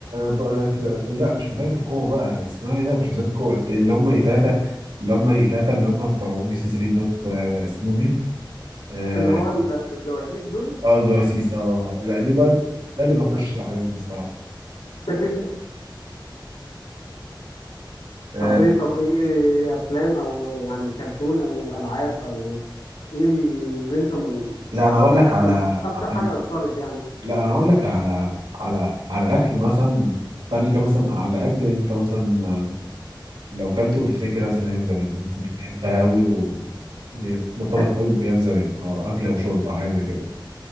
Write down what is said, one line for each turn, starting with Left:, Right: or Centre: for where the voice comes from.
Right: بقى فتا... لا مش فتاة القوة بقى اسمها ايه ده مش فتاة القوة الت- اللي هم ايه تلاتة اللي هم ايه تلاتة اللي هم بتوع ام بي سي 3 دوت آه، اسمهم ايه؟ اه
Left: اللي هو ال- الجواسيس دول
Right: آه، جواسيس اه لا دي بقى ده اللي بخش عليهم الصراحة
Left: <laughs>
Right: آه
Left: طب ايه طب ايه افلام او يعني كرتون او العاب او ايه اللي انت م-
Right: لا انا اقول
Left: حاسس
Right: لك على
Left: إن اكتر
Right: على-
Left: حاجة اثرت يعني
Right: لا انا اقول لك على على على اكل مثلا تاني كده مثلا على اكل انت مثلا آه، لو كلته وتفتكر مثلا ايام زمان كنت بتحبها قوي ومرتبط
Left: فاكر
Right: قوي بايام زمان اه اكل او شرب او حاجه زي كده